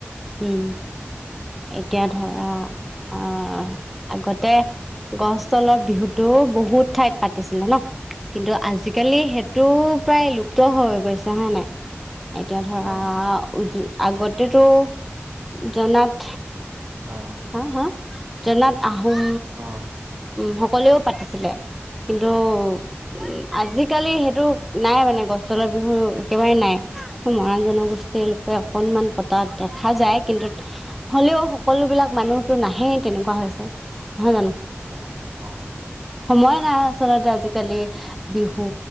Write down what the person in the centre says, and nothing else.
উম। এতিয়া ধৰা আ আগতে গছ তলৰ বিহুতো বহুত ঠাইত পাতিছিলে ন'। কিন্তু আজিকালি সেইটো প্ৰায় লুপ্ত হৈ গৈছে হয় নাই? এতিয়া ধৰা
আগতেতো জনাত
হা হা, জনাত আহোম
উ সকলোৱেও পাতিছিলে। কিন্তু উ আজিকালি সেইটো নাই মানে গছতলৰ বিহু একেবাৰে নাই। মহৰাণ জনগোষ্ঠীৰ লোকে অকনমান পতা দেখা যায় কিন্তু হলেও সকলোবিলাক মানুহতো নাহেই তেনেকুৱা হৈছে, নহয় জানো?
সময় নাই আচলতে আজিকালি বিহু